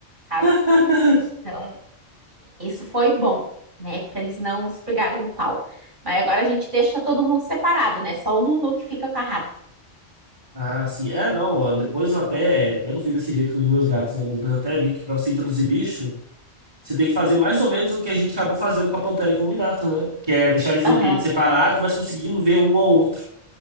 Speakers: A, on the right; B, on the right.
A: sabe?
B: <laughs>
A: Então, isso foi bom, né? Para eles não se pegarem no pau. Mas agora a gente deixa todo mundo separado, né? Só o Nunu que fica com a rata.
B: Ah, sim. É, não. ó, Depois eu até. Eu não fiz desse jeito com os meus gatos, né? Mas depois eu até vi que pra você introduzir bicho, você tem que fazer mais ou menos o que a gente acabou fazendo com a Pantera e com o Minato, né? Que é deixar eles
A: Aham.
B: em ambientes separados, mas conseguindo ver um ao outro.